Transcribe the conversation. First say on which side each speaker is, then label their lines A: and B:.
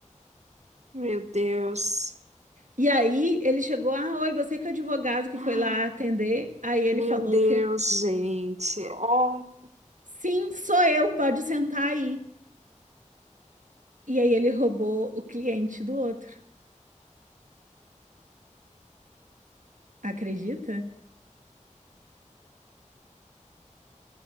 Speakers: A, on the right; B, on the right.
A: meu Deus.
B: E aí ele chegou, ah, oi, você que é o advogado que
A: Ah,
B: foi lá atender. Aí ele
A: Meu
B: falou
A: Deus,
B: o quê?
A: gente. Oh,
B: Sim, sou eu, pode sentar aí. E aí ele roubou o cliente do outro. Acredita?